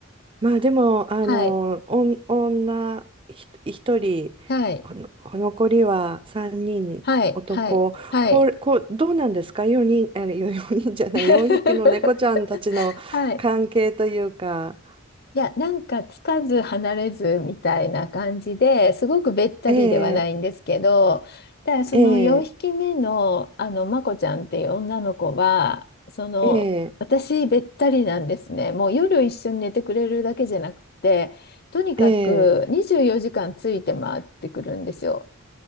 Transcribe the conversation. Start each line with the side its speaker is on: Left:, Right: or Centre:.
Right: まあでも、あの、
Left: はい、
Right: おん女ひ一人、
Left: はい。
Right: ほの残りは3人にんに男、
Left: はい、はい、はい。
Right: これこう、どうなんですか ?4 人、え、あよ四人じゃない、
Left: <laughs>
Right: 4匹の猫ちゃんたちの関係というか、
Left: はい。いや、なんかつかず離れずみたいな感じですごくべったりではないんですけど、
Right: ええ
Left: ただその4匹目の、
Right: ええ
Left: あの、まこちゃんっていう女の子は、その、
Right: ええ
Left: 私べったりなんですね。もう夜一緒に寝てくれるだけじゃなくて、とにかく24時間ついて回ってくるんですよ。
Right: ええ